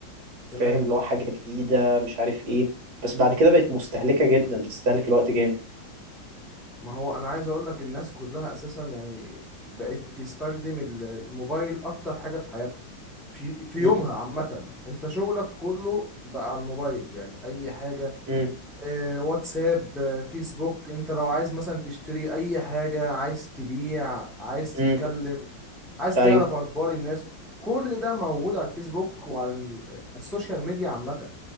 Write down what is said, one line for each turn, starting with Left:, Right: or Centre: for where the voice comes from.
Right: فاهم
Centre: تمام
Right: اللي هو حاجة جديدة مش عارف ايه بس بعد كده بقت مستهلكة جدا بتستهلك الوقت جامد
Centre: ما هو انا عايز اقول لك الناس كلها اساسا يعني بقت بتستخدم ال- الموبايل اكتر حاجة في حياتها في في
Right: مم.
Centre: يومها عامة انت شغلك كله بقى على الموبايل يعني اي حاجة
Right: مم.
Centre: آه، واتساب آه، فيسبوك انت لو عايز مثلا تشتري اي حاجة عايز تبيع عايز تتكلم
Right: مم.
Centre: عايز
Right: ايوه
Centre: تعرف اخبار الناس كل ده موجود على الفيسبوك وعلى ال- على السوشيال ميديا عامة